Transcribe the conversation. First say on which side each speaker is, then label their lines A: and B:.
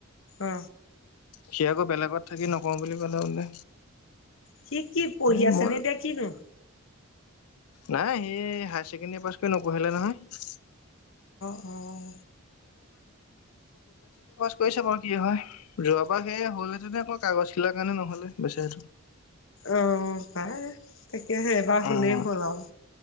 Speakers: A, on the left; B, on the left.
A: অ
B: সি আকৌ বেলেগত থাকি নকওঁ বুলি ক'লে বোলে
A: সি, কি পঢ়ি
B: এ
A: আছে
B: মই
A: নে এতিয়া কিনো?
B: নাই সি হায়াৰ ছেকেণ্ডৰী পাছ কৰি নপঢ়িলে নহয়।
A: অহ
B: কৈছাও বাৰু কি হয় যোৱাবাৰ সেয়ে হ'লেতেনে আকৌ কাগজ খিলাৰ কাৰণে নহলে বেচাৰটো
A: অহ, পাই তাকেহে এবাৰ হলেই
B: উম
A: হ'ল আৰু